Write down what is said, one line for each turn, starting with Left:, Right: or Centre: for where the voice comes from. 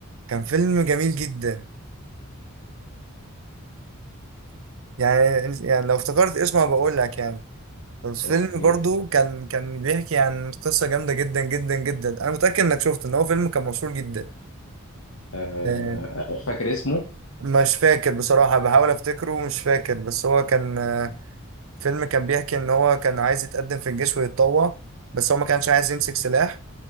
Right: كان فيلم جميل جدا يعني يعني لو افتكرت اسمه بقول لك يعني الفيلم
Left: اوكي
Right: برضو كان كان بيحكي عن قصة جامدة جدا جدا جدا انا متأكد انك شفته ان هو فيلم كان مشهور جدا
Left: آه،
Right: آه،
Left: فاكر اسمه
Right: مش فاكر بصراحة بحاول افتكره ومش فاكر بس هو كان آه، فيلم كان بيحكي ان هو كان عايز يتقدم في الجيش ويتطوع بس هو ما كانش عايز يمسك سلاح